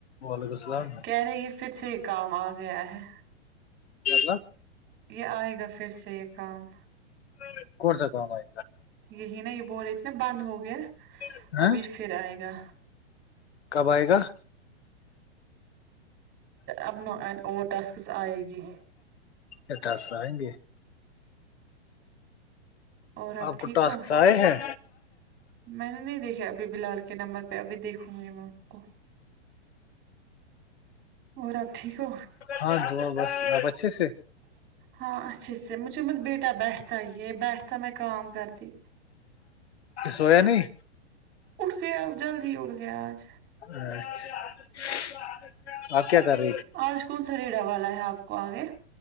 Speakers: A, on the left; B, on the right.
A: وعلیکم السلام
B: کہہ رہی ہے پھر سے یہ کام آ گیا ہے
A: مطلب
B: یہ آئے گا پھر سے یہ کام
A: <inaudible> کون سا کام ایا
B: یہی نا یہ بول رہی تھی نا بند ہو گیا
A: گا
B: ابھی پھر آئے گا
A: کب آئے گا
B: اب نہ اور ٹاسکس آئے گی
A: کیا ٹاسک آئیگی
B: اور
A: آپ کو
B: ٹھیک
A: ٹاسکس
B: ہو
A: آئے ہیں
B: میں نے نہیں دیکھا ابھی بلال کے نمبر پہ ابھی دیکھوں گی میں ان کو اور آپ ٹھیک ہو
A: <inaudible> اچھے سے
B: ہاں اچھے سے مجھے م بیٹا بیٹھتا ہی بیٹھتا میں کام کرتی
A: سویا نہیں
B: اٹھ گیا جلدی اٹھ گیا آج
A: <inaudible> آپ کیا کر رہے
B: آج کون سا ریڑا والا ہے آپ کو آگے